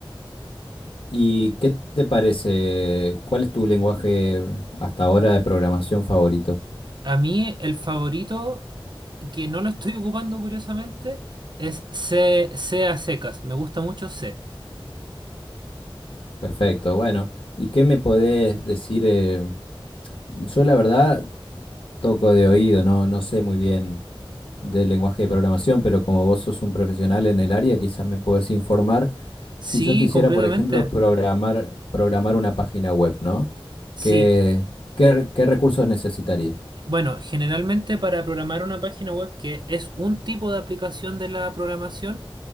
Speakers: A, on the left; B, on the right.
A: ¿Y qué te parece? ¿Cuál es tu lenguaje hasta ahora de programación favorito?
B: A mí el favorito que no lo estoy ocupando curiosamente es C, C a secas. Me gusta mucho C.
A: Perfecto, bueno. ¿Y qué me podés decir? eh, yo la verdad toco de oído, no, no sé muy bien del lenguaje de programación, pero como vos sos un profesional en el área, quizás me podés informar.
B: Sí,
A: Si yo quisiera,
B: completamente.
A: por ejemplo, programar, programar una página web, ¿no?
B: Sí.
A: ¿Qué, qué qué recursos necesitaría?
B: Bueno, generalmente para programar una página web que es un tipo de aplicación de la programación,